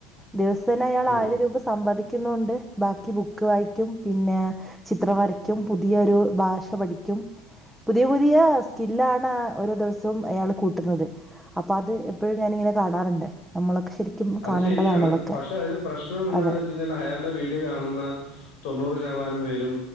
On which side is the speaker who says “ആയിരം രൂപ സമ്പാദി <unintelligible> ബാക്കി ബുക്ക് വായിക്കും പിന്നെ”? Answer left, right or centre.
Centre